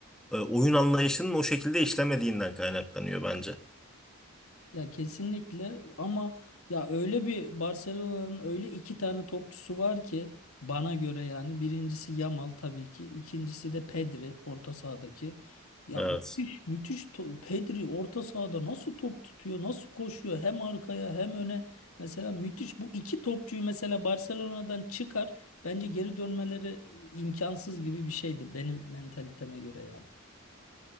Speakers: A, in the centre; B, on the left.
A: e, oyun anlayışının o şekilde işlemediğinden kaynaklanıyor bence.
B: Ya kesinlikle ama ya öyle bir Barcelona'nın öyle iki tane topçusu var ki bana göre yani birincisi Yamal tabii ki ikincisi de Pedri orta sahadaki. Ya
A: Evet.
B: müthiş müthiş to- Pedri orta sahada nasıl top tutuyor nasıl koşuyor hem arkaya hem öne mesela müthiş bu iki topçuyu mesela Barcelona'dan çıkar bence geri dönmeleri imkansız gibi bir şeydi benim mentaliteme göre yani.